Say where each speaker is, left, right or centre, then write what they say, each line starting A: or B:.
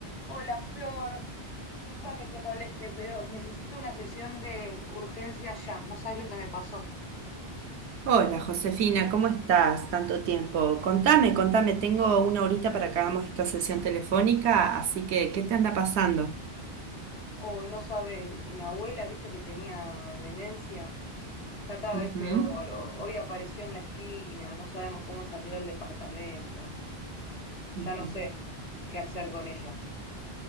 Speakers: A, on the left; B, on the right.
A: Hola Flor, disculpa que te moleste, pero necesito una sesión de urgencia ya. No sabes lo que me pasó.
B: Hola Josefina, ¿cómo estás? Tanto tiempo. Contame, contame, tengo una horita para que hagamos esta sesión telefónica, así que, ¿qué te anda pasando?
A: Hoy no sabes, mi abuela, viste que tenía demencia, está cada
B: Ujú,
A: vez peor. o- Hoy apareció en la esquina, no sabemos cómo salió del departamento.
B: ujú.
A: Ya no sé qué hacer con ella.